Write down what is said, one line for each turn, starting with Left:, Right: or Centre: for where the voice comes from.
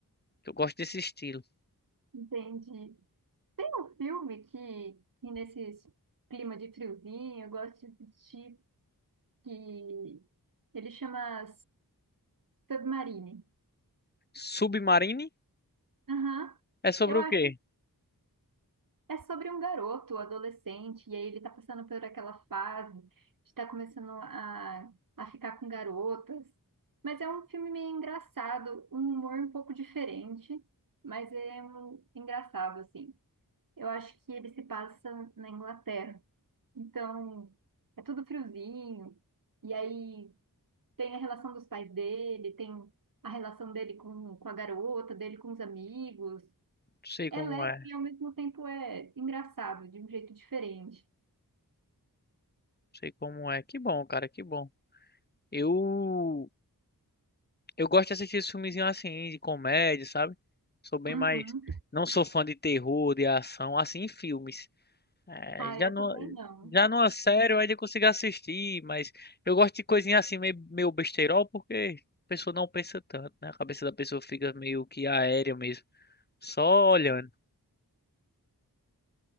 Left: que eu gosto desse estilo.
Right: Entendi. Tem um filme que, que nesse clima de friozinho, eu gosto de assistir, que ele chama Submarine.
Left: Submarine
Right: Aham.
Left: é sobre
Right: Eu acho
Left: o quê?
Right: que é sobre um garoto, adolescente, e aí ele tá passando por aquela fase de estar começando a, a ficar com garotas. Mas é um filme meio engraçado, um humor um pouco diferente, mas é um, engraçado, assim. Eu acho que ele se passa na Inglaterra. Então, é tudo friozinho. E aí tem a relação dos pais dele, tem a relação dele com, com a garota, dele com os amigos.
Left: Não sei
Right: É
Left: como
Right: leve
Left: é, não
Right: e ao mesmo tempo é engraçado, de um jeito diferente.
Left: sei como é. Que bom, cara, que bom. Eu Eu gosto de assistir esses filmezinhos assim, de comédia, sabe? Sou bem
Right: Uhum.
Left: mais. Não sou fã de terror, de ação, assim, em filmes. É,
Right: Ah,
Left: já
Right: eu
Left: não.
Right: também não.
Left: Já numa série eu ainda consigo assistir, mas eu gosto de coisinha assim, meio, meio besteirol, porque a pessoa não pensa tanto, né? A cabeça da pessoa fica meio que aérea mesmo, só olhando.